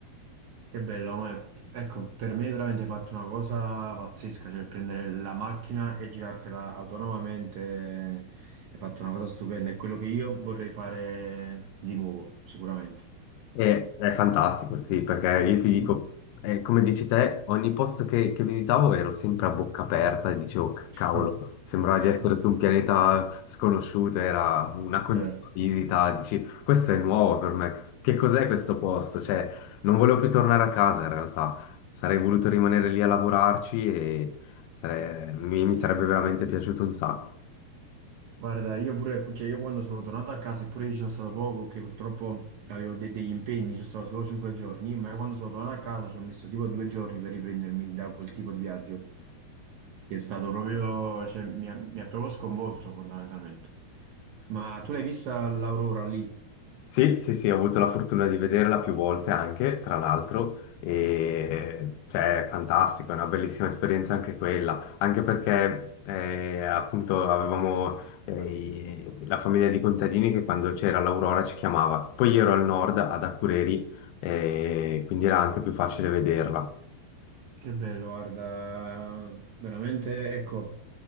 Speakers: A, on the right (about 75°); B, on the left (about 85°).
A: Che bello, ma è- ecco, per me è veramente fatto una cosa pazzesca, cioè il prendere la macchina e girartela autonomamente è fatto una cosa stupenda, è quello che io vorrei fare di nuovo, sicuramente.
B: E- è fantastico, sì, perché io ti dico,
A: Mm.
B: eh, come dici te, ogni posto che, che visitavo ero sempre a bocca aperta e dicevo, "C- cavolo,
A: Mm.
B: sembrava
A: <laughs>
B: di essere su un pianeta sconosciuto, era una
A: Vero.
B: continua visita, dici, questo è nuovo per me, che cos'è questo posto? Cioè, non volevo più tornare a casa in realtà, sarei voluto rimanere lì a lavorarci e sare- mi mi sarebbe veramente piaciuto un sacco.
A: Guarda, io pure, cioè, io quando sono tornato a casa, eppure io ci sono stato poco, che purtroppo avevo de- degli impegni, ci sono stato solo cinque giorni, ma quando sono tornato a casa ci ho messo tipo due giorni per riprendermi da quel tipo di viaggio. che è stato proprio, cioè, mi ha, mi ha proprio sconvolto fondamentalmente. Ma tu l'hai vista l'aurora lì?
B: Sì, sì, sì, ho avuto la fortuna di vederla più volte anche, tra l'altro, e cioè, è fantastico, è una bellissima esperienza anche quella, anche perché eh, appunto avevamo eh, i- la famiglia di contadini che quando c'era l'Aurora ci chiamava. Poi io ero al nord, ad Akureyri, eh, quindi era anche più facile vederla.
A: Che bello, guarda, veramente, ecco,